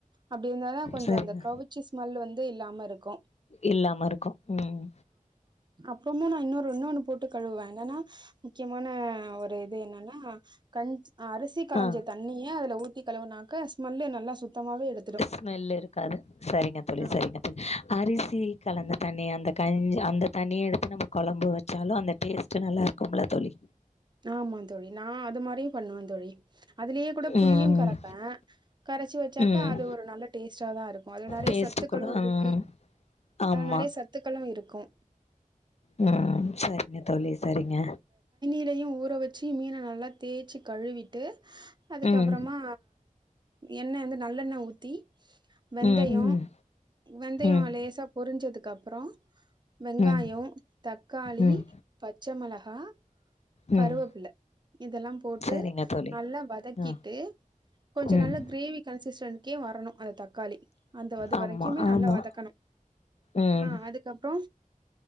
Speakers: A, on the right (about 30°); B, on the left (about 50°).
A: அப்டி இருந்தாதா கொஞ்ச
B: சரிங்க
A: அந்த கவுச் ஸ்மெல்லு வந்து இல்லாம இருக்கு
B: இல்லாம இருக்கு ம்
A: அப்புறமா நா இன்னொ னு போட்டு கழுவே என்னனா முக்கியமான ஒரு இது என்னன்னா கஞ் அரிசி கழிஞ்ச
B: ஆ
A: தண்ணிய அதுல ஊத்தி கழுவுனாக்க ஸ்மெல்லு நல்லா சுத்தமாவே எடுத்துடு
B: ஸ்மெல் இருக்காது சரிங்க தோழி
A: ஆமா
B: சரிங்க தோழி அரிசி கலந்த தண்ணிய அந்த கஞ்சி அந்த தண்ணிய எடுத்து நம்ம கொழம்பு வெச்சாலு அந்த டேஸ்ட்டு நல்லா இருக்கும்ல தோழி
A: ஆமா தோழி நா அது மாரி பண்ணுவந் தோழி அதுலயே கூட புளியு
B: ம்
A: கரப்ப கரைச்சு வச்சாக்க
B: ம்
A: அது ஒரு நல்ல டேஸ்ட்டாதா இருக்கு அதுல நறைய
B: டேஸ்ட்டு
A: சத்துக்களு
B: கூட
A: இலுக்கு
B: ம் ஆமா
A: அதுல நறைய சத்துக்களு இருக்கு
B: ம் சரிங்க தோழி சரிங்க
A: யிலயு ஊற வச்சு மீனை நல்லா தேச்சு கழுவிட்டு அதுக்கப்பறமா
B: ம்
A: எண்ணெ வந்து நல்லெண்ணெ ஊத்தி வெந்தய
B: ம் ம்
A: வெந்தய
B: ம்
A: லேசா பொரிஞ்சதுக்கு அப்ற வெங்காய
B: ம்
A: தக்காளி
B: ம்
A: பச்ச மெளகா
B: ம்
A: கருவேப்பில இதெல்லா போட்டு
B: சரிங்க தோழி
A: நல்லா வதக்கிட்டு
B: ஆ
A: கொஞ்ச
B: ம்
A: நல்லா கிரேவி கன்சிஸ்டென் சிக்கே வரணு அந்த தக்காளி அந்த அது
B: ஆமா
A: வரைக்குமே
B: ஆமா
A: நல்லா வதக்கணு
B: ம்
A: ஆ அதுக்கப்ற